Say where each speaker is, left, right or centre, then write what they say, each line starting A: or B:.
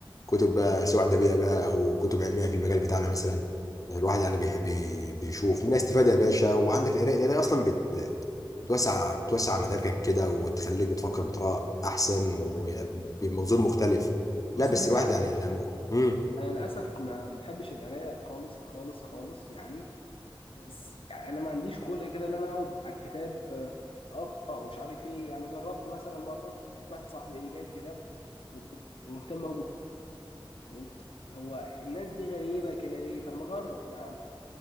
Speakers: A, on the left; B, on the left.
A: كتب بقى سواء ادبيه بقى او كتب علميه في المجال بتاعنا مثلا الواحد يعني بيحب بي- بيشوف منها استفاده يا باشا وعندك القرايه القرايه اصلا بت بتوسع بتوسع مداركك كده وتخليك بتفكر بطريقه احسن وبمنظور مختلف
B: بص
A: لا بس
B: هنا
A: الواحد يعني لما امم
B: انا للاسف ما بحبش القرايه خالص خالص خالص يعني بس يعني انا ما عنديش خلق كده ان انا اقعد على الكتاب آه، اقرا ومش عارف ايه يعني جربت مثلا مره لقيت واحد صاحبي ايه جايب كتاب وبيقرا ومهتم قوي بالكوره طب قلت هو الناس دي غريبه كده ليه طب ما اجرب يا عم